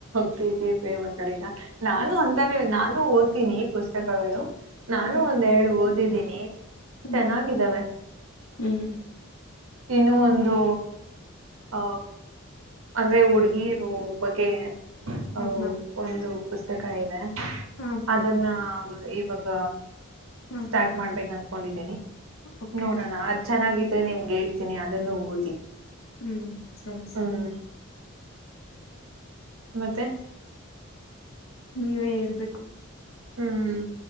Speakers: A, on the right (about 75°); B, on the left (about 75°).
A: ಪ್ರೀತಿ ಪ್ರೇಮ ಕಡೆಗ ನಾನು ಅಂತವೆ ನಾನು ಓದ್ತೀನಿ ಪುಸ್ತಕಗಳು. ನಾನು
B: ಹ
A: ಒಂದ್ ಎರಡ್ ಓದಿದ್ದೀನಿ.
B: ಹ್ಮ್
A: ಚೆನ್ನಾಗಿದ್ದಾವೆ
B: ಹ್ಮ್
A: ಇನ್ನು ಒಂದು ಹ ಅಂದ್ರೆ ಹುಡ್ಗೀರು ಬಗ್ಗೆ ಔ
B: ಹ್ಮ್ ಹ್ಮ್
A: ಒಂದು ಪುಸ್ತಕ ಇದೆ
B: ಹ್ಮ್
A: ಅದನ್ನ. ಇವಾಗ
B: ಹ್ಮ್
A: ಸ್ಟಾರ್ಟ್ ಮಾಡ್ಬೇಕ್ ಅನ್ಕೊಂಡಿದ್ದಿನಿ
B: ಓಕೆ
A: ನೋಡೋಣ ಅದ್ ಚೆನ್ನಾಗಿದ್ರೆ ನಿಮ್ಗೆ ಹೇಳ್ತೀನಿ ಅದನ್ನು ಓದಿ.
B: ಹ್ಮ್ ಸರಿ ಸರಿ
A: ಹ್ಮ್ ಮತ್ತೆ
B: ನೀವೇ ಹೇಳ್ಬೇಕು
A: ಹ್ಮ್